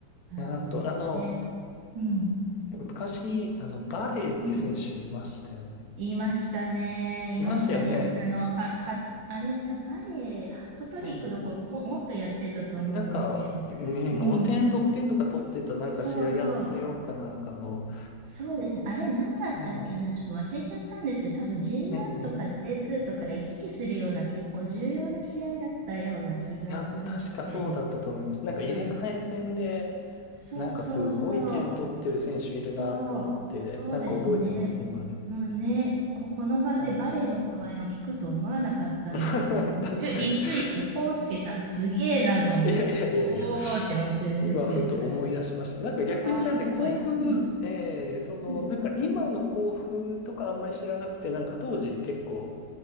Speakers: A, on the right; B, on the left.
A: 感じですね。
B: なるほど。あの、
A: うん。
B: 昔、あの、バレーって選手いましたよね。
A: うん。いましたね。いましたね。
B: いましたよね。
A: あの、は、は、あれ、た、バレエ、ハットトリックどころ、
B: え
A: も、もっとやってたと思うんですけど。
B: え。なんか、うん、
A: うん。
B: 5点、6点とか取ってたなんか試合、
A: そうそう。
B: あの、プレイオフかなんかの、
A: そうですね。あれ、なんだったっけな。
B: え
A: ちょっと忘れちゃったんですけど、多分 J1
B: え、ええ。
A: とか J2 とか行き来するような、結構重要な試合だったような気がするんだけど。
B: いや、確かそうだったと思います。
A: う
B: なんか入れ替え戦で、
A: ん。そうそうそう。
B: なんかすごい点取ってる選手いるなって思って、
A: そう、そうですね。
B: なんか覚えてます、今でも。
A: もうんね、こ、この場でバレエの名前を聞くと思わなかったんですけど、
B: はい。<laughs> 確
A: びっく、
B: かに
A: びっくりして、
B: <laughs>
A: コウスケさんすげえなと思って、
B: いやいやいやいや。
A: <laughs> おーって思ってるんですけど。
B: 今、ふと思い出しました。なんか逆になんで、
A: ああ、すごい。
B: 甲府、
A: うん、
B: えー、その、
A: うん、
B: なんか今の甲府とかあんまり知らなくて、なんか当時結構、